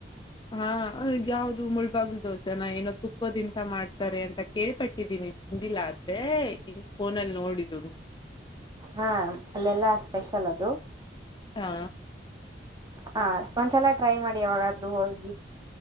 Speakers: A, on the left (about 25°); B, on the right (about 20°).
A: ಹಾ ಯಾವ್ದು ಮುಳ್ಬಾಗಲು ದೋಸೆನ ಏನೋ ತುಪ್ಪದಿಂದ ಮಾಡ್ತಾರೆ ಅಂತಾ ಕೇಳ್ಪಟ್ಟಿದ್ದೀನಿ ತಿಂದಿಲ್ಲ ಆದ್ರೆ ಕೇಳ್ ಫೋನಲ್ಲಿ ನೋಡಿದ್ದೂ
B: ಹಾ ಅಲ್ಲೆಲ್ಲ ಸ್ಪೆಷಲ್ ಅದು
A: ಹಾ
B: ಹಾ ಒಂದ್ಸಲ ಟ್ರೈ ಮಾಡಿ ಯಾವಾಗಾದ್ರೂ ಹೋಗಿ